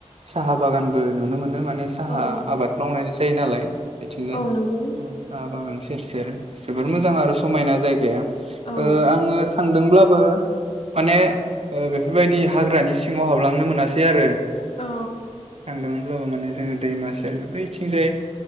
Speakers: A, on the right; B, on the left.
A: साहा बागानबो नुनो मोनदों माने साहा
B: औ
A: आबाद मावनाय जायो नालाय बेथिंजाय
B: औ
A: साहा
B: नंगौ
A: बागान सेर सेर जोबोर मोजां आरो समायना जायगाया।
B: औ
A: ओ आङो थांदोंब्लाबो माने ओ बेफोरबायदि हाग्रानि सिङाव हाबलांनो मोनासै आरो
B: औ
A: थांदोंमो अब्लाबो माने जोङो दैमा सेर बैथिंजाय